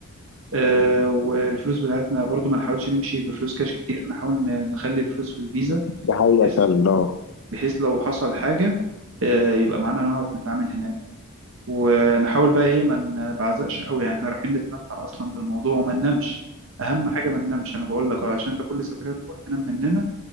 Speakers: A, on the right; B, on the left.
A: آه، والفلوس بتاعتنا برضو ما نحاولش نمشي بفلوس كاش كتير نحاول ن- نخلي الفلوس في الفيزا
B: دي حقيقة
A: بحيث
B: فعلا اه
A: بحيث لو حصل حاجة آه، يبقى معانا نعرف نتعامل هناك ونحاول بقى ايه ما نبعزقش قوي يعني احنا رايحين نتمتع اصلا بالموضوع وما ننامش اهم حاجه ما ننامش انا بقول لك اه عشان انت كل سفريه تروح تنام مننا